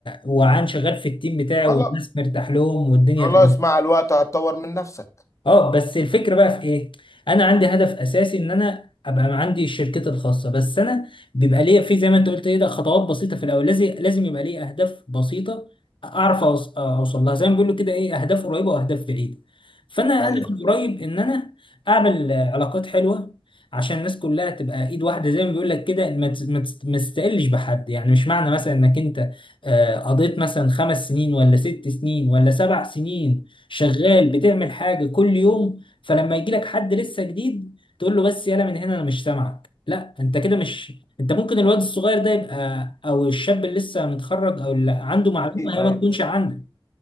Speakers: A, on the left (about 70°); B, on the left (about 35°).
A: وعن شغال في التيم بتاعي
B: خلاص
A: والناس مرتاح لهم والدنيا
B: خلاص
A: تمام
B: مع الوقت هتطور من نفسك
A: اه بس الفكره بقى في ايه انا عندي هدف اساسي ان انا ابقى عندي شركتي الخاصه بس انا بيبقى ليا في زي ما انت قلت ايه ده خطوات بسيطه في الاول لازم لازم يبقى ليا اهداف بسيطه اعرف أوص- اوصل لها زي ما بيقولوا كده ايه اهداف قريبه واهداف بعيده فانا
B: ايوه
A: هدفي القريب ان انا اعمل آه، علاقات حلوه عشان الناس كلها تبقى ايد واحده زي ما بيقول لك كده ما تس- ما تس- ما تستقلش بحد يعني مش معنى مثلا انك انت آه، قضيت مثلا خمس سنين ولا ست سنين ولا سبع سنين شغال بتعمل حاجه كل يوم فلما يجي لك حد لسه جديد تقول له بس يلا من هنا انا مش سامعك لا انت كده مش انت ممكن الواد الصغير ده يبقى او الشاب اللي لسه متخرج او اللي عنده معلومه هي
B: ايوه
A: ما تكونش عندك